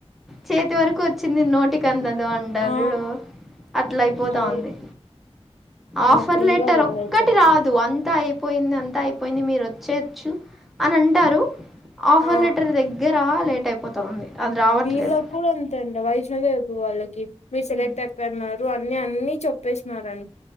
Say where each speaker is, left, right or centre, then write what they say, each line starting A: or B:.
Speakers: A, in the centre; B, on the left (about 85°).
A: చేతి వరకు వచ్చింది నోటికి అందం అంటారు
B: ఆ
A: జూడు అట్లా అయిపోతా
B: అదే
A: ఉంది ఆఫర్
B: అప్పుడు
A: లెటర్
B: ఇంకా బాధ అయితది
A: ఒకటి రాదు అంత అయిపోయింది అంతా అయిపోయింది మీరు వచ్చేయచ్చు అని అంటారు ఆఫర్
B: ఆ
A: లెటర్ దగ్గర లేట్ అయిపోతా ఉంది అది రావట్లేదు
B: వీళ్ళకి కూడా అంతే అండి వైష్ణోదేవి వాళ్ళకి మీరు సెలెక్ట్
A: ఉమ్.
B: అయిపోయిన్నారు అ మీ అన్ని చెప్పేసినారన్